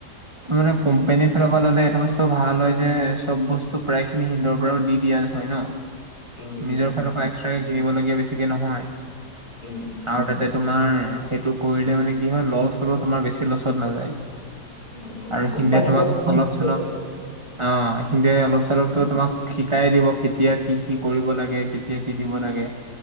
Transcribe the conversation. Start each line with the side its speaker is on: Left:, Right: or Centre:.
Right: মানে
Left: অ অ
Right: কোম্পানীৰ সফল হ'লে এইটো বস্তু ভাল হয় যে চব বস্তু প্ৰায় খিনি সিন্দৰ পৰাও দি দিয়া হয় ন।
Left: উম উম
Right: নিজৰ ফালৰ পৰা এক্সট্ৰাকে কিনিবলগীয়া বেছিকে নহয়।
Left: উ'ম।
Right: আৰু তাতে তোমাৰ সেইটো কৰিলে মানে কি হয়? লছ হ'লেও তোমাৰ বেছি লছত নাযায়।
Left: উম উম
Right: আৰু
Left: কোম্পানী
Right: হিন্দীয়ে তোমাক
Left: ফালৰ পৰা
Right: অলপ
Left: মানে
Right: -চলপ
Left: হয়
Right: অ', হিন্দীয়ে অলপ- চলপ টো তোমাক শিকাই দিব কেতিয়া কি কি কৰিব লাগে কেতিয়া কি দিব লাগে।